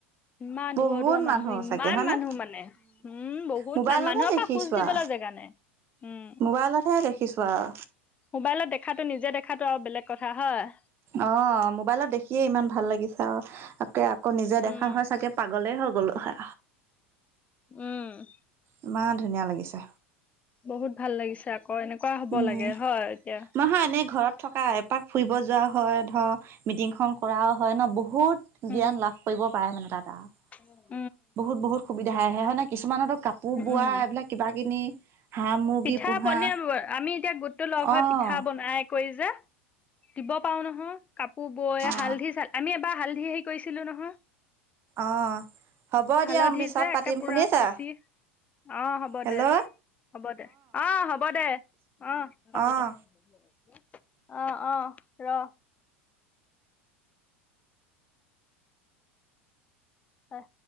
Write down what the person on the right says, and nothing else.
বহুত
চাগে হয়নে
মোবাইলতহে
দেখিছো
আৰু
মোবাইলতহে দেখিছো আৰু
অ' মোবাইলত দেখিয়ে ইমান ভাল লাগিছে আৰু। তাকে আকৌ নিজে
দেখা হয় চাগে, পাগলেই হওঁক। বোলোঁ হয়।
ইমান ধুনীয়া লাগিছে।
উম
নহয় এনেই ঘৰত থকা এপাক ফুৰিব যোৱাও হয়, ধৰ মিটিং খন কৰাও হয় ন, বহুত।
জ্ঞান লাভ কৰিব পাৰে মানে তাত আৰু।
বহুত -বহুত সুবিধা আহে, আহে হয়নে? কিছুমানতো কাপোৰ বোৱা,
এইবিলাক কিবা কিনি হাঁহ মুৰ্গী
পোহা
আহ
অ
অ হ'ব
দিয়া পিছত
পাতিম
শুনিছা
হেল্ল'
অ